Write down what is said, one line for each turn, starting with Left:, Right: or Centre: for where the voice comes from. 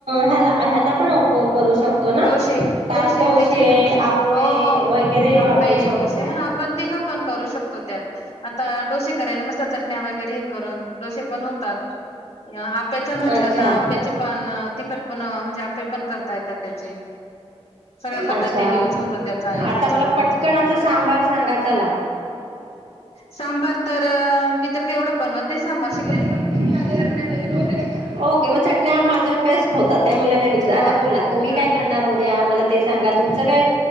Right: ह्याला ह्यांना पण उपोयग करू शकतो ना.
Left: डोसे
Right: काय
Left: डोसे त्याचे डोसे
Right: आपे
Left: हो
Right: वगैरे
Left: आप्पे,
Right: वापरू शकतो
Left: डोसे हा आपण तिघं पण करू शकतो, त्यात आता डोसे करायला मस्त चटण्या वगैरे हे करून डोसे पण होतात, आप्प्याचं म्हटल
Right: अच्छा
Left: तरी आप्याचे पण तिखट पण म्हणले, आप्पे पण करता येतात त्याचे. सगळ्या पद्धतीने
Right: अच्छा मग
Left: यूज होतो, त्याचा इडलीच्या
Right: आता मला
Left: पिठाचा
Right: पटकन असा सांबार सांगा चला
Left: सांबार तर मी तर का एवढं बनवत नाही, सांबार श
Right: <unintelligible> ओके! मग चटण्या माझ्या बेस्ट होतात, त्या मुलांना विचारा
Left: हो
Right: आता बोला, तुम्ही
Left: हा
Right: काय करणार उद्या? मला ते सांगा तुमच काय